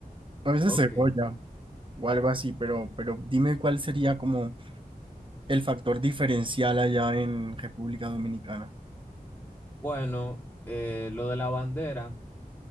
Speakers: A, on the right (about 35°); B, on the left (about 15°).
A: a veces
B: Ok.
A: cebolla o algo así, pero, pero dime cuál sería como el factor diferencial allá en República Dominicana.
B: Bueno, eh, lo de la bandera.